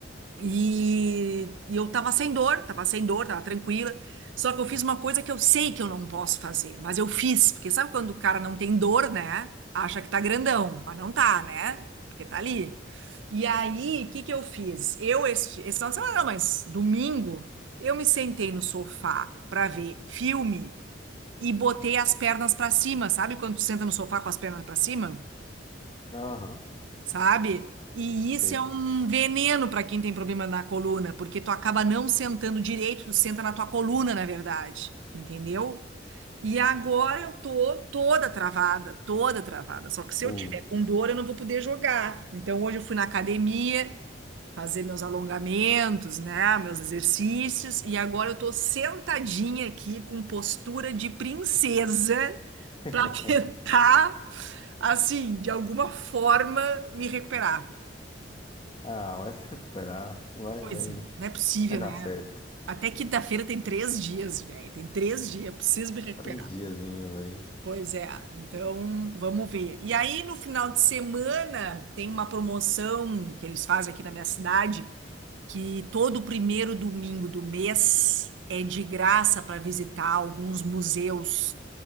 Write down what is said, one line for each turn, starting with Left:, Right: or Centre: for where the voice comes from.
Right: E, e eu tava sem dor, tava sem dor, tava tranquila. Só que eu fiz uma coisa que eu sei que eu não posso fazer, mas eu fiz, porque sabe quando o cara não tem dor, né? Acha que tá grandão, mas não tá, né? Porque tá ali. E aí, o que que eu fiz? Eu, este, esse final de semana, não, mas domingo, eu me sentei no sofá pra ver filme e botei as pernas pra cima, sabe? Quando tu senta no sofá com as pernas pra cima?
Left: Aham,
Right: sabe? E isso
Left: sei.
Right: é um veneno para quem tem problema na coluna, porque tu acaba não sentando direito, tu senta na tua coluna, na verdade, entendeu? E agora eu tô toda travada, toda travada. Só que se
Left: Putz.
Right: eu tiver com dor, eu não vou poder jogar. Então hoje eu fui na academia, fazer meus alongamentos, né, meus exercícios, e agora eu tô sentadinha aqui com postura de princesa
Left: <laughs>
Right: para <laughs> tentar, assim, de alguma forma me recuperar.
Left: Ah, vai se recuperar. Vai,
Right: Pois
Left: vai.
Right: é, não é possível,
Left: Vai dar
Right: né?
Left: certo.
Right: Até quinta-feira tem três dias, velho. Tem três dias, preciso
Left: <laughs>
Right: me recuperar.
Left: Três diazinhos aí.
Right: Pois é, então vamos ver. E aí, no final de semana, tem uma promoção que eles fazem aqui na minha cidade que todo primeiro domingo do mês é de graça para visitar alguns museus,